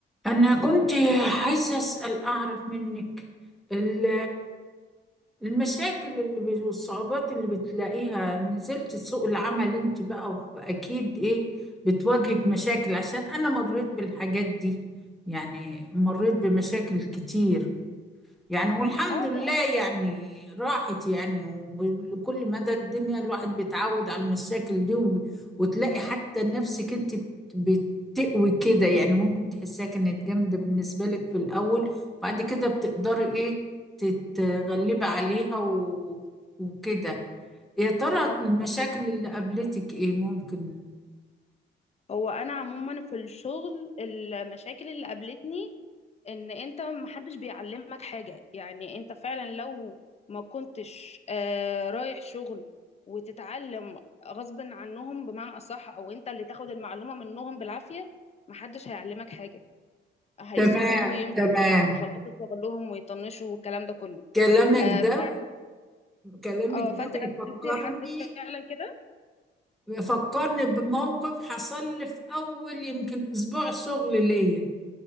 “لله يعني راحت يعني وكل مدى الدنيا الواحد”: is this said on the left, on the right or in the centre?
Centre